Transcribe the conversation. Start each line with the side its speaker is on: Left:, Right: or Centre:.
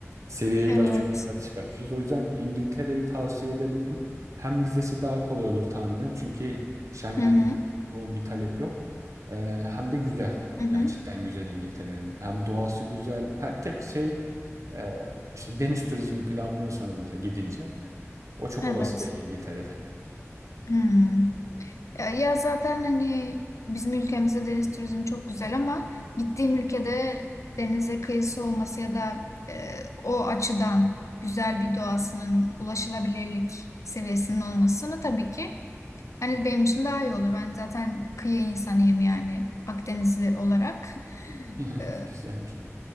Right: Seviyeye
Left: Evet.
Right: biraz çok yukarı çıkartmışız. O yüzden İngiltere'yi tavsiye edebilirim. Hem vizesi daha kolay olur tahminen. Çünkü Schengen
Left: Hı hı.
Right: gibi yoğun bir talep yok. Ee, hem de güzel.
Left: Hı hı.
Right: Yani cidden güzel İngiltere'nin. Hem doğası güzel. Ha, tek şey e, işte deniz turizmi planlıyorsanız mesela gidince o çok
Left: Evet.
Right: olası değil İngiltere'de.
Left: Hmm. Ya, ya zaten hani bizim ülkemizde deniz turizmi çok güzel ama gittiğim ülkede denize kıyısı olması ya da e, o açıdan güzel bir doğasının ulaşılabilirlik seviyesinin olmasını tabii ki hani benim için daha iyi olur. Ben zaten kıyı insanıyım yani Akdenizli olarak. <laughs>
Right: <laughs>
Left: E,
Right: Güzelmiş.